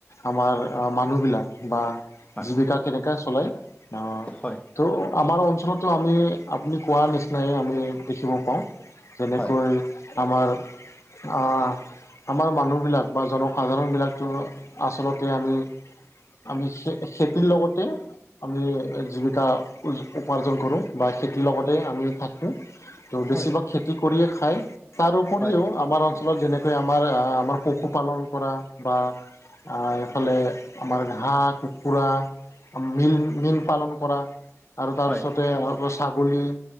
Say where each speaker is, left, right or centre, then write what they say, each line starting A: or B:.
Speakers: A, on the left; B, on the left.
A: আমাৰ মানুহবিলাক বা
B: হয়
A: জীৱিকা কেনেক চলাই, আহ
B: হয়
A: ত' আমাৰ অঞ্চলতো আমি আপুনি কোৱা নিচিনাই আমি দেখিব পাওঁ, যেনেকৈ
B: হয়
A: আমাৰ অহ আমাৰ মানুহবিলাক বা জনসাধাৰণবিলাকতো আচলতে আমি- আমি খে খেতিৰ লগতে আমি জীৱিকা উপাৰ্জন কৰোঁ। বা খেতিৰ লগতে আমি থাকোঁ, ত' বেছিভাগ
B: হয়
A: খেতি কৰিয়ে খায়, তাৰ উপৰিও-
B: হয়
A: আমাৰ অঞ্চলত যেনেকৈ আমাৰ আমাৰ পশুপালন কৰা বা- আহ এইফালে আমাৰ হাহঁ, কুকুৰা- মিল, মিল পালন কৰা আৰু তাৰপিছতে
B: হয়
A: আকৌ ছাগলী-